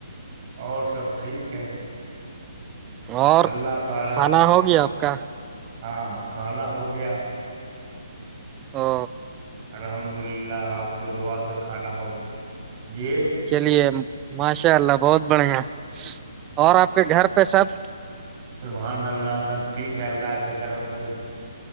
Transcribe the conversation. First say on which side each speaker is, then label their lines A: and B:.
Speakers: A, on the right; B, on the right.
A: اور سب ٹھیک ہے
B: اور
A: اللہ تعالی
B: کھانا ہوگی آپ کا
A: ہاں ہاں خانہ ہو گیا
B: ہا
A: الحمد للہ آپ کو دوعا سے کھانا ہوگا جی
B: چلیے ماشاء اللہ بہت بڑھیا اور آپ کے گھر پہ سب
A: سمان اللہ سب ٹیک ہے اللہ کے کرم سے